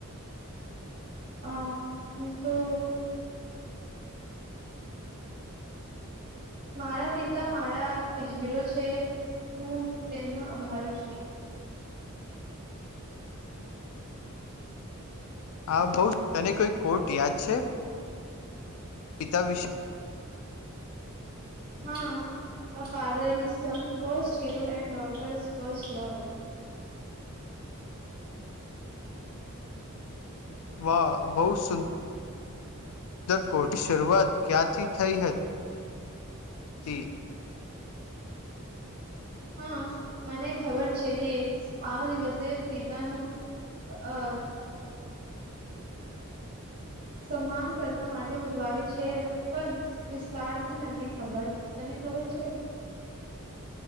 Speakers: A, on the right; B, on the left.
A: અ હ તો મારા પિતા મારા હીરો છે હું તેમનો આભારું છું
B: આ ભઉ તને કોઈ કોર્ટ યાદ છે પીતા વિશે
A: હા a father is son first hero and daughter's first love
B: વાહ બહું ઉદર કોર્ટની શરૂઆત ક્યાંથી થઈ હતી
A: હા મને ખબર છે કે આ દિવસે પિતાનું અ સન્માન કરર્તા માટે ઉજવાય છે પણ વિસ્તારથી નથી ખબર તને ખબર છે